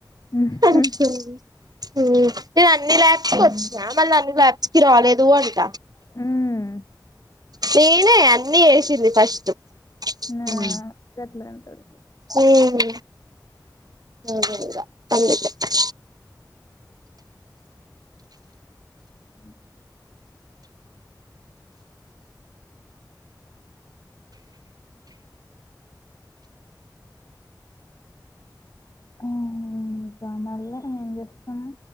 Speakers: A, on the left; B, on the right.
A: హ్మ్.
B: అకే <unintelligible> నేను అన్ని లాబ్ కి వచ్చిన మళ్ళీ అన్ని ల్యాబ్స్ కి రాలేదు అంట
A: హ్మ్
B: నేనే అన్నీ చేసింది ఫస్ట్ ఉ
A: ఆ గట్లే అంటాడు
B: ఉమ్ అదే ఇగ అందుకే
A: అ <inaudible> ఆ ఇంకా మళ ఏంచేస్తునావు